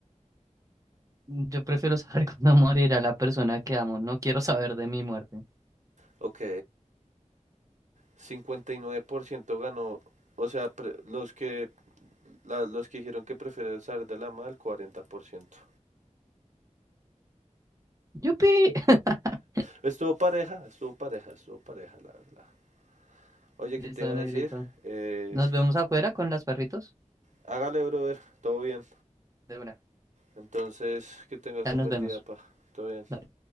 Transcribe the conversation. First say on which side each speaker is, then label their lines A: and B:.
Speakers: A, on the right; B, on the right.
A: Mm, Yo prefiero saber <laughs> cuándo morirá la persona que amo, no quiero saber de mi muerte.
B: Ok, 59% ganó, o sea, pre- los que la- los que dijeron que prefieren saber de la mal, 40%.
A: ¡Yupi! <laughs>
B: Estuvo pareja, estuvo pareja, estuvo pareja, la verdad. Oye,
A: Listo,
B: ¿qué te iba
A: negrito.
B: a decir? Eh,
A: Nos vemos afuera con las perritos.
B: hágale, brother, todo bien.
A: De una.
B: Entonces, que tengas
A: Ya
B: un
A: nos
B: buen
A: vemos.
B: día, pa. Todo bien.
A: Dale.